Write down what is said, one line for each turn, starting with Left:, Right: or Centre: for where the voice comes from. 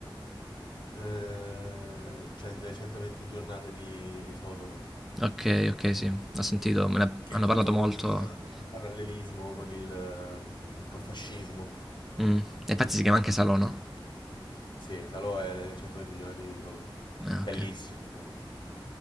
Left: eh, cioè delle 120 giornate di Sodoma,
Centre: Ok, ok, sì, ho sentito, me ne
Left: che
Centre: hanno
Left: è tutto
Centre: parlato molto.
Left: un eh, parallelismo con il, ehm, col fascismo.
Centre: Mm. E infatti si chiama anche Salò, no?
Left: Sì, Salò è le 120 giornate di Sodoma.
Centre: Eh, ok.
Left: Bellissimo comunque.